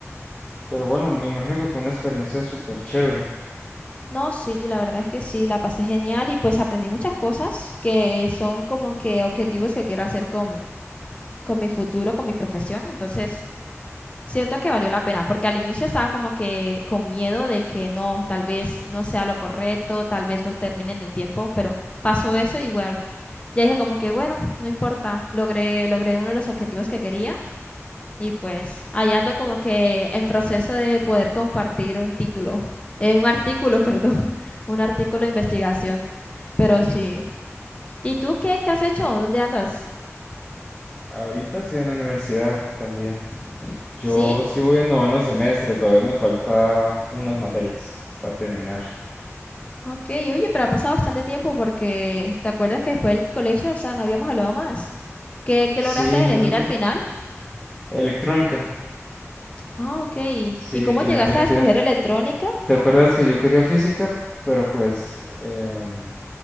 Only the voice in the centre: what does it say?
Pero bueno, me imagino que fue una experiencia súper chévere.
Ahorita estoy en la universidad también. Yo
sí voy en noveno semestre, todavía me falta unas materias para terminar.
Sí, no,
no.
Electrónica.
Sí,
finalmente.
¿Te acuerdas que yo quería física? Pero pues em,